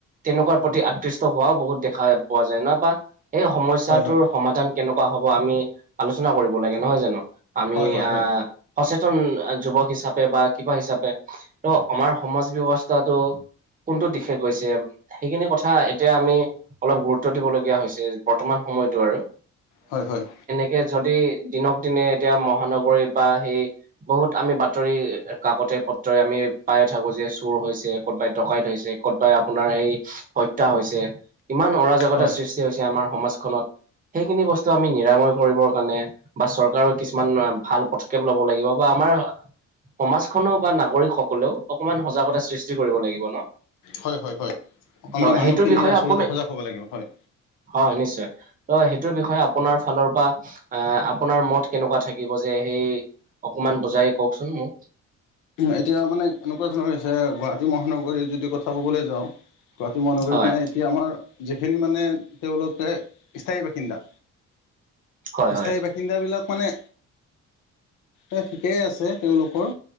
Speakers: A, on the right (about 25°); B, on the left (about 80°).
A: তেনেকুৱাৰ প্ৰতি আকৃষ্ট হোৱাও বহুত দেখা দেখা পোৱা যায় ন' বা সেই সমস্যাটোৰ
B: হয় হয়
A: সমাধান কেনেকুৱা হ'ব আমি আলোচনা কৰিব লাগে নহয় জানো আমি
B: হয় হয়
A: অ'
B: হয়
A: সচেতন যুৱক হিচাপে বা কিবা হিচাপে ত' আমাৰ সমাজ ব্যৱস্থাটো কোনটো দিশে গৈছে সেইখিনি কথা এতিয়া আমি অলপ গুৰুত্ব দিবলগীয়া হৈছে বৰ্তমান সময়তো আৰু।
B: হয়-হয়
A: এতিয়া যদি দিনক দিনে এতিয়া মহানগৰীত বা সেই বহুত আমি বাতৰি কাকতে পত্ৰই আমি পাই থাকোঁ যে চুৰ হৈছে। ক'তবাই ডকাই থৈছে ক'তবাই আপোনাৰ সেই হত্যা হৈছে ইমান অৰাজকতা
B: হয়
A: সৃষ্টি সৃষ্টি হৈছে আমাৰ সমাজখনত সেইখিনি বস্তু আমি নিৰাময় কৰিবৰ কাৰণে বা চৰকাৰৰ কিছু কিছুমান ভাল পদক্ষেপ ল'ব লাগিব বা আমাৰ সমাজ খনেও বা নাগৰিক সকলেও অকমান সজাগতা সৃষ্টি কৰিব লাগিব ন'?
B: হয়-হয়-হয় আমি
A: ত'
B: মানুহখিনি
A: সেইটোৰ বিষয়ে
B: আচলতে
A: আপুনি
B: সজাগ হ'ব লাগিব হয়।
A: হয় নিশ্চয়। ত সেইটোৰ বিষয়ে আপোনাৰ ফালৰ পৰা অ' আপোনাৰ মত কেনেকুৱা থাকিব যে সেই অকমান বজাই কওকচোন মোক।
B: এতিয়া মানে এনেকুৱা ধৰণৰ হৈছে গ গুৱাহাটী মহানগৰীৰ যদি কথা ক'বলৈ যাওঁ গুৱাহাটী মহানগৰীত
A: হয়
B: মানে কি আমাৰ যিখিনি মানে তেওঁলোকে স্থায়ী বাসিন্দা
A: হয়
B: স্থায়ী
A: হয়
B: বাসিন্দাবিলাক মানে এ ঠিকেই আছে তেওঁলোকৰ